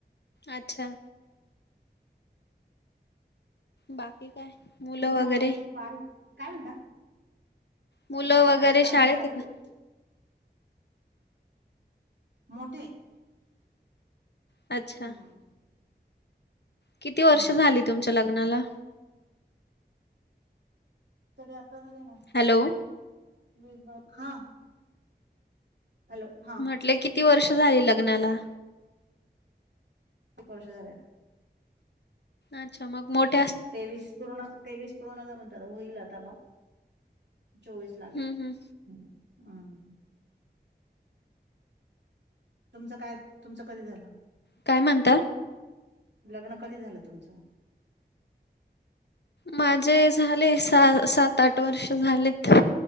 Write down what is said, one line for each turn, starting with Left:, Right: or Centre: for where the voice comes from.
Left: अच्छा! बाकी काय? मुलं
Right: तुमचा
Left: वगैरे
Right: आवाज बारीक, काय म्हणता?
Left: मुलं
Right: इथे आहे
Left: वगैरे
Right: ना काम
Left: शाळेत
Right: चालू
Left: आहे का?
Right: आहेत. मोठे. <unintelligible>
Left: अच्छा!
Right: हम्म
Left: किती वर्ष
Right: हम्म
Left: झाली तुमच्या लग्नाला?
Right: तरी आता झाले ना
Left: हॅलो!
Right: मी बा, हा. हॅलो हा
Left: म्हटलं किती वर्ष झाली लग्नाला?
Right: एक वर्ष झालेला.
Left: अच्छा मग मोठ
Right: तेवीस पूर्ण, ‌ तेवीस पूर्ण म्हणतात होईल आता बा. चोवीस लागेल,
Left: हम्म हम्म
Right: ह हम्म. तुमचं काय? तुमचं कधी झालं?
Left: काय म्हणता?
Right: लग्न कधी झालं तुमचं?
Left: माझे झाले सहा, सात-आठ वर्ष झालेत.